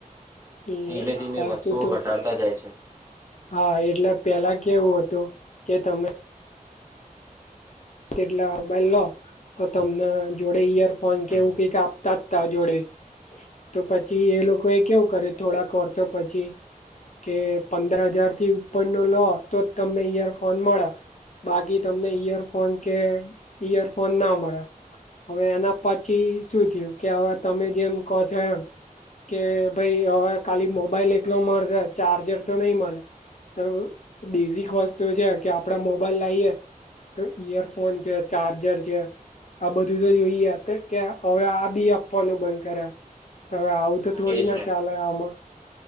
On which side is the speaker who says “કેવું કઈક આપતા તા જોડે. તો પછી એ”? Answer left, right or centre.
Left